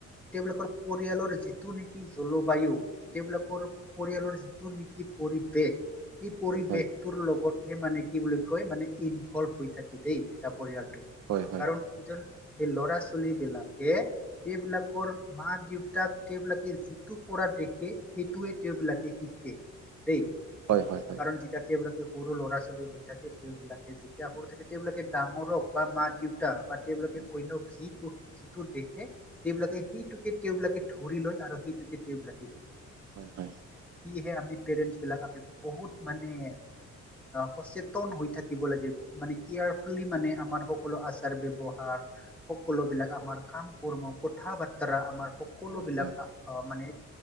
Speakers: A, in the centre; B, on the right.
A: তেওঁবিলাকৰ পৰিয়ালৰ যিটো নেকি জলবায়ু তেওঁবিলাকৰ পৰিয়ালৰ যিটো নেকি পৰিবেশ সেই পৰিৱেশটোৰ
B: হয় হয়
A: লগতহে মানে কি বুলি কয় মানে ইনভলভ হৈ থাকি দেই এটা পৰিয়াল
B: হয় হয় হয়
A: কাৰণ ইজন সেই ল'ৰা ছোৱালী বিলাকে তেওঁবিলাকৰ মা দেউতাক তেওঁবিলাকে যিটো পৰা দেখে সেইটোয়ে তেওঁবি লাকে শিকে দেই
B: হয় হয়
A: কাৰণ যেতিয়া তেওঁবিলাকে সৰু ল'ৰা ছোৱালী হৈ থাকে তেওঁবিলাক যেতিয়া সৰু থাকে তেওঁলোকে ডাঙৰক বা মা দেউতা বা তেওঁলোকে
B: হয়
A: অন্যক যিটো যিটো দেখুওৱা। তেওঁবিলাকে সেইটোকে তেওঁবলাকে ধৰি লয় আৰু সেইটোকে তেওঁবিলাকে
B: হয়, হয়।
A: সেইহে আমি পেৰেন্টচ বিলাক আমি বহুত মানে সচেতন হৈ থাকিব থ লাগে মানে কেয়াৰফুলি মানে আমাৰ সকলো আচাৰ ব্যৱহাৰ সকলো বিলাক আমাৰ কাম কৰ্ম কথা বাৰ্তৰা আমাৰ সকলো
B: হয়
A: বিলাক
B: হয়
A: মানে।